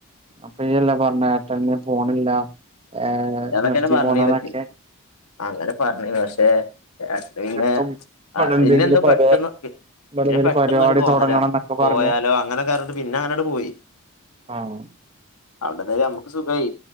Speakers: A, on the right (about 25°); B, on the left (about 90°).
A: അപ്പൊ യെല്ലേ പറഞ്ഞെ ഏട്ടൻ ഞ്പോണില്ലാന്ന്. ഏഹ
B: അതൊക്കെന്നെ
A: നിർത്തി
B: പറഞ്ഞിരുന്നു
A: പോന്നാന്നോക്കെ?
B: അങ്ങനെ പറഞ്ഞിന് പക്ഷെ, ഏട്ടന് പിന്നെ
A: ഇവിടെ
B: ആഹ്
A: എന്തെങ്കിലും
B: പിന്നെന്തോ
A: പരിപാ
B: പെട്ടെന്ന്
A: ഇവിടെ
B: പിന്നെ
A: എന്തെങ്കിലും
B: പെട്ടെന്നൊരു
A: പരിപാടി
B: തോന്നല
A: തുടങ്ങണം എന്നൊക്കെ പറഞ്ഞ്
B: പോയാലോ? അങ്ങനെക്കറ്ഞ്ഞിട്ട് പിന്നെ അനങ്ങട്ട് പോയി.
A: ആഹ്
B: അഓണ്ടന്തായി നമ്മുക്ക് സുഖായി.